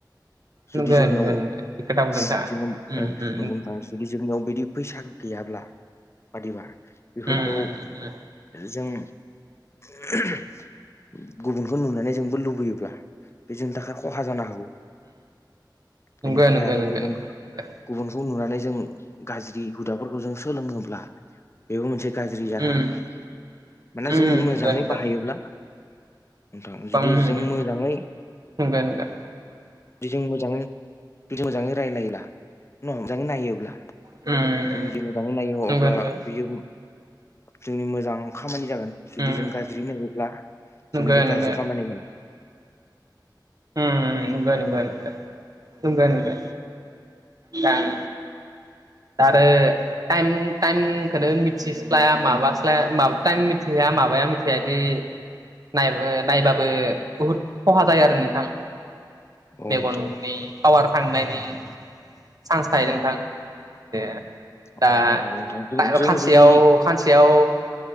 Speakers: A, on the left; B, on the right.
A: जुदि
B: नंगौ
A: जोंनियाव
B: नंगौ नंगौ थिग खोथा बुंदों
A: <unintelligible>
B: नोंथाङा
A: जों नंगौ
B: उम उम
A: नोंथां जुदि जोंनियाव बिदि फैसा गैयाब्ला बादिबा बेफोरखौ
B: उम उम उम
A: जों <unintelligible> गुबुनखौ नुनानै जोंबो लुबैयोब्ला, बे जोंनि थाखाय खहा जानो हागौ
B: नंगौ
A: बेनिफ्राय
B: नंगौ
A: आरो
B: नंगौ
A: गुबुन
B: नोंथां नंगौ
A: गुबुनखौ नुनानै जों गाज्रि हुदाफोरखौ जों सोलोंनोब्ला बेबो मोनसे गाज्रि जानो
B: उम
A: हागौ। मानोना
B: उम
A: जों मोजाङै
B: नंगौ नंगौ
A: बाहायोब्ला नोंथां जुदि
B: बां नंगो
A: जों मोजाङै
B: नंगो
A: बिदि मोजाङै बि मोजाङै रायजलायोब्ला न मोजाङै नायोब्ला
B: उम
A: जों जुदि मोजाङै नायो अब्ला
B: नंगौ नंगौ
A: बियो जोंनि मोजां खामानि जागोन जुदि
B: उम
A: जों गाज्रि नायोब्ला
B: नंगौ
A: जोंनि बे
B: नंगौ
A: गाज्रि खामानिखौ
B: उम नंगो नंगो नंगो। नंगो नंगो। दान आरो टाइम टाइमखौनो मिथिस्लाया माबास्लाया माबा टाइम मिथिया माबाया मिथि बेबायदि नायबो-नायबाबो बुहुद खहा जायो आरो नों थां
A: अ
B: मेगननि
A: नोंथां
B: पावार थांनायनि चान्स थायो नोंथां दे
A: अ
B: दा
A: नंगौ नोंथां
B: खा-खानसेयाव
A: जों जुदि
B: खानसेयाव